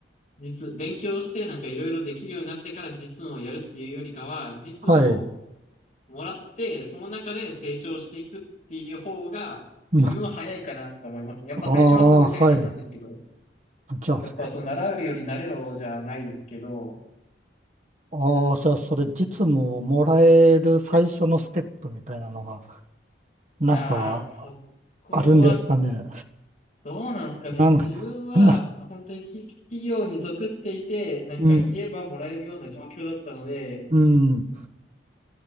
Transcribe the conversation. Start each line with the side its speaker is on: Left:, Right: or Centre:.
Left: 実、勉強して、なんかいろいろできるようになってから実務をやるっていうよりかは、実務を
Right: はい、
Left: もらって、その中で成長していくっていう方が、
Right: うん、
Left: 自分は早いかなと思いますね。
Right: あ
Left: やっぱ最初はすごい大変なんですけど、
Right: あ、はい、じゃあ、
Left: やっぱその習うより慣れろじゃないですけど、
Right: ああ、じゃあ、それ実務をもらえる最初のステップみたいなのが、なんか
Left: ああ、そこは
Right: あるんですかね。
Left: どうなんですかね。
Right: なんか、
Left: 自分は本当に企企業に属していて、
Right: な、
Left: なんか言えばもらえるような状況だったので、
Right: うん、うん、